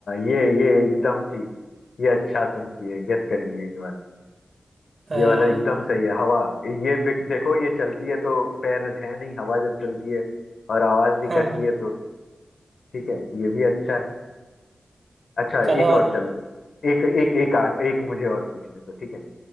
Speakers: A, on the left (about 80°); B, on the right (about 60°).
A: ये ये एकदम ठीक ये अच्छा तुम किए गेस कर लिए ये वाला
B: हाँ
A: ये वाला एकदम सही है हवा ये बिक- देखो ये चलती है तो पैर है नहीं हवा जब चलती है और आवाज भी करती
B: हाँ
A: है तो ठीक है ये भी अच्छा है अच्छा
B: चलो
A: एक
B: और
A: और
B: पूछ-
A: चलो एक एक एक आ, एक मुझे और पूछने दो ठीक है